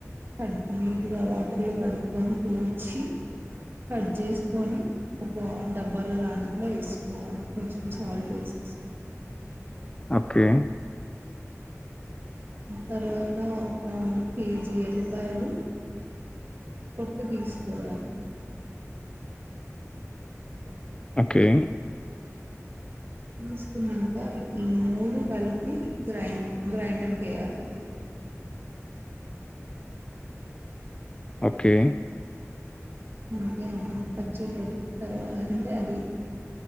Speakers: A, on the right; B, on the left.
A: కట్ నీట్ గా వాటర్ లో కడుకొని తూడ్చి కట్ చేసుకొని ఒక డబ్బాల లాంటిట్లో వేసుకోవాలి కొంచెం సాల్ట్ వేసే
B: ఓకే
A: తర్వాత ఒక కేజీ ఎల్లిపాయలు పోట్టు తీసుకోవాలి
B: ఓకే
A: తీసుకున్నాక ఈ మూడు కలిపి గ్రైండర్ కేయాలి
B: ఓకే
A: అకే అడి పచ్చిదు తర్వాంటే అది